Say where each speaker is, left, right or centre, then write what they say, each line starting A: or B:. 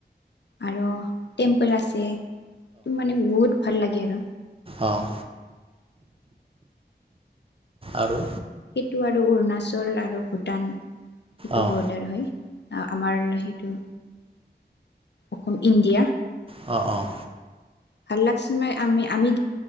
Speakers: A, on the left; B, on the right.
A: আৰু টেম্পল আছে, তোমাৰ মানে বহুত ভাল লাগে আৰু।
B: অ', আৰু
A: সেইটো আৰু অৰুণাচল আৰু ভূটান, সেইটো
B: অঁ
A: বৰ্ডাৰ হয়। আমাৰ সেইটো, অসম ইণ্ডিয়া।
B: অ', অ',
A: ভাল লাগ ছে আমি, আমি